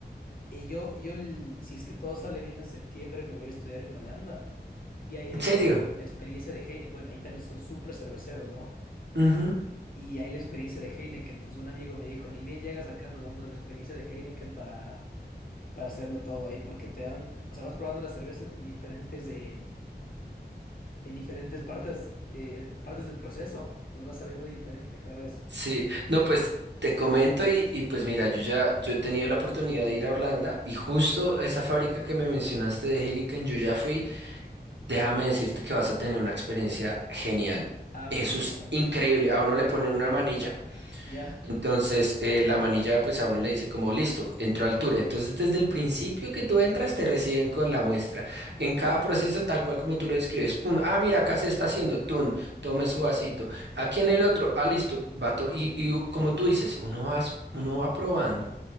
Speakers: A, on the left (about 55°); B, on the right (about 80°).
A: Y yo, yo, el- si es que todo sale bien en septiembre, me voy a estudiar en Holanda. Y ahí hay
B: ¿En serio?
A: la, exp- la experiencia de Heineken. Bueno, ahí también son súper cerveceros, ¿no?
B: Ujú.
A: Y hay la experiencia de Heineken. Entonces un amigo me dijo, ni bien llegas acá, nos vamos a la experiencia de Heineken para, para hacerlo todo ahí, porque te dan, o sea, vas probando las cervezas en diferentes, eh, en diferentes partes, eh, partes del proceso. Entonces vas sabiendo diferente cada vez.
B: Sí, no, pues te comento y, y pues mira, yo ya yo he tenido la oportunidad de ir a Orlando y justo esa fábrica que me mencionaste de Heineken, yo ya fui Déjame decirte que vas a tener una experiencia genial.
A: Ah, buenísimo.
B: Eso es increíble. A uno le ponen una manilla.
A: Ya.
B: Entonces, eh, la manilla, pues a uno le dice como, listo, entró al tour. Entonces, desde el principio que tú entras, te reciben con la muestra. En cada proceso, tal cual como tú lo describes, pum, ah, mira, acá se está haciendo, tun, tome su vasito. Aquí en el otro, ah, listo, va to- y, y u- como tú dices, uno va, uno va probando